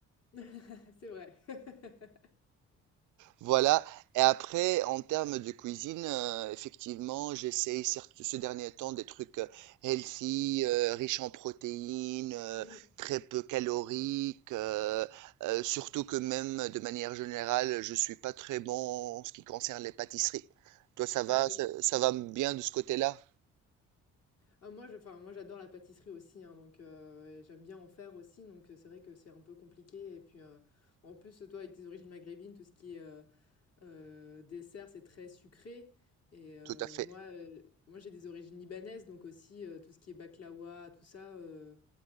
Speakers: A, on the left; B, on the right.
A: <laughs> C'est vrai. <laughs>
B: Voilà. Et après, en termes de cuisine, euh, effectivement, j'essaye certes ce dernier temps des trucs euh, healthy, euh, riches en protéines, euh,
A: Mmh.
B: très peu caloriques, euh, euh, surtout que même de manière générale, je suis pas très bon en ce qui concerne les pâtisseries. Toi, ça va,
A: Ah oui.
B: ça, ça va bien de ce côté-là?
A: Ah, moi, je, enfin, moi, j'adore la pâtisserie aussi, hein, donc euh, et j'aime bien en faire aussi, donc euh, c'est vrai que c'est un peu compliqué. Et puis, euh, en plus, toi, avec tes origines maghrébines, tout ce qui est euh, euh, dessert, c'est très sucré. Et euh,
B: Tout à fait.
A: moi, euh, moi, j'ai des origines libanaises, donc aussi euh, tout ce qui est baklawa, tout ça, euh,